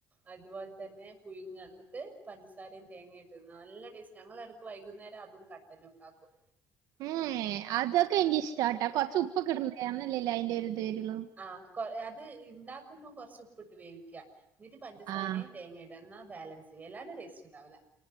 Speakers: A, on the right; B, on the right.
A: അതുപോലെ തന്നെ പുഴുങ്ങ എന്നിട്ട് പഞ്ചസാരേം തേങ്ങ ഇട്ട് നല്ല ടേസ്റ്റ് ഞങ്ങളടക്ക് വൈകുന്നേരം അതും കട്ട തനെക്കാക്കും.
B: ഏ അതൊക്കെ എനിക്ക് ഇഷ്ട്ടാട്ടൊ കൊർച്ച് ഉപ്പൊക്കെ ഇട അന്നല്ലേ ല്ലായിന്റിം ഒരു ദെരുള്ളൂ.
A: ആ, അത് ഇണ്ടാക്കുമ്പോം കൊർച്ച് ഉപ്പിട്ട് വേവിക്കാ, ന്നിട്ട് പഞ്ചസാരയം
B: ആഹ്
A: തേങ്ങേയിം എന്നാ ബാലൻസ് <unintelligible> ടേസ്റ്റ് ഉണ്ടാവുലെ.